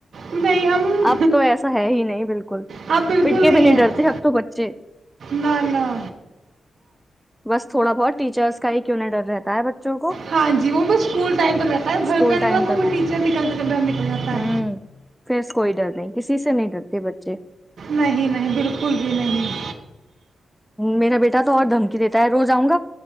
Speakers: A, on the right; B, in the centre.
A: نہیں ہم
B: اب تو ایسا ہے ہی نہیں بالکل
A: اب بالکل
B: پٹکے بھی نہیں
A: ہے
B: ڈرتے اب تو بچے
A: نہ نہ
B: بس تھوڑا بہت ٹیچرس کا ہی کیوں نہیں ڈر رہتا ہے بچوں کو
A: ہاں جی وہ بس ٹائم پ رہتا ہے
B: اسکول
A: گھر پہ آنے
B: ٹائم
A: کے بعد
B: تک
A: وہ ٹیچر نکلتے کا ڈر نکل جاتا
B: ہوں
A: ہے
B: پھر کوئی ڈر نہیں کسی سے نہیں ڈرتے بچے
A: نہیں نہیں بالکل بھی نہیں
B: میرا بیٹا تو اور دھمکی دیتا ہے روز آؤں گا